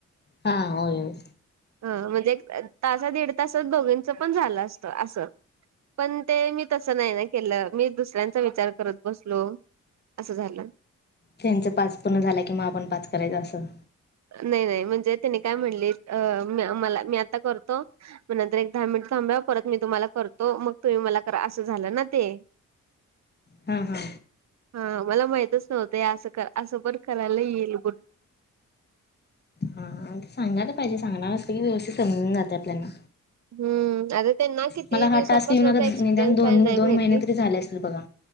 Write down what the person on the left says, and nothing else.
हा हो हो
त्यांच पाच पूर्ण झाला कि म आपण पाच करायचं असं
हा हा
हा ते सांगणार पाहिजे सांगणार असत की व्यवस्थित समजून जाते आपल्याला
मला हा
टास्क येऊन आता
निदान दोन
दोन
महिने तरी झाले असतील बघा